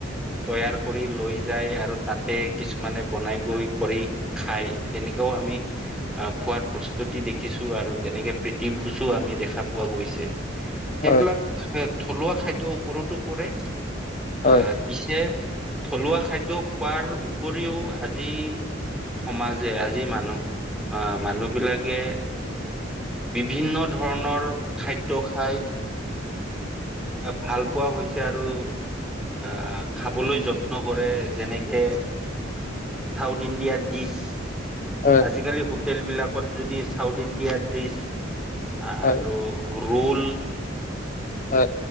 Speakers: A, in the centre; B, on the left.
A: তৈয়াৰ কৰি লৈ যায় আৰু তাতে কিছু মানে বনাই গৈ কৰি খাই তেনেকাও আমি আহ খোৱাত প্ৰস্তুতি দেখিছো আৰু তেনেকে প্ৰীতিভোজো আমি দেখা পোৱা গৈছে। সেইবিলাক
B: হয়,
A: এ থলুৱা খাদ্যৰ ওপৰতো পৰে
B: হয়,
A: আহ পিছে থলুৱা খাদ্য খোৱাৰ উপৰিও আজি সমাজে আজি মানুহ আহ মানুহ বিলাকে বিভিন্ন ধৰণৰ খাদ্য খাই। ভাল। পোৱা হৈছে আৰু আহ খাবলৈ যত্ন কৰে যেনেকে। South India dish.
B: হয়।
A: আজিকালি হোটেলবিলাকত যদি চাউথ ইণ্ডিয়া ডিছ। আৰু
B: হয়
A: ৰোল।
B: হয়।